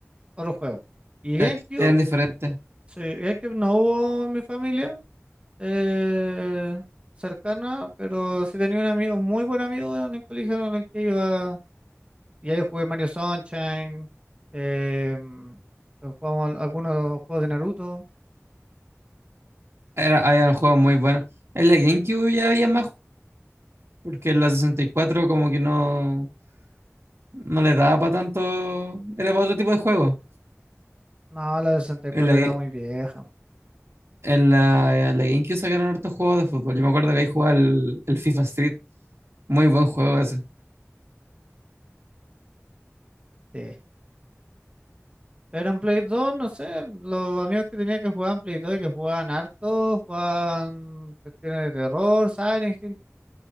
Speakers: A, on the right; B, on the right.
A: otros juegos. Y
B: Eh,
A: GameCube,
B: eran diferentes.
A: sí, GameCube no hubo en mi familia. eh, cercana, pero sí tenía un amigo, muy buen amigo en el colegio en el que iba. Y ahí jugué Mario Sunshine, eh, jugamos al- algunos juegos de Naruto.
B: Era, habían juegos muy buenos. En la GameCube ya había más, porque en la 64 como que no, no le daba para tanto, era para otro tipo de juego.
A: No, la 64
B: En la,
A: era muy vieja.
B: En la, en la GameCube sacaron hartos juegos de fútbol. Yo me acuerdo que ahí jugaba el, el FIFA Street. Muy buen juego ese.
A: Sí. Pero en Play 2, no sé, los amigos que tenía que jugaban Play 2 y que jugaban harto, jugaban cuestiones de terror, Silent Hill,